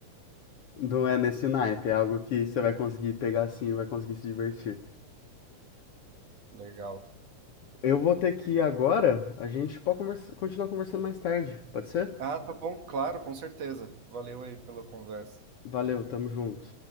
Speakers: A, on the left; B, on the right.
A: não é nesse naipe, é algo que você vai conseguir pegar assim, e vai conseguir se divertir.
B: Legal.
A: Eu vou ter que ir agora, a gente pode conversa- continuar conversando mais tarde, pode ser?
B: Ah, tá bom, claro, com certeza. Valeu aí pela conversa.
A: Valeu, tamo junto.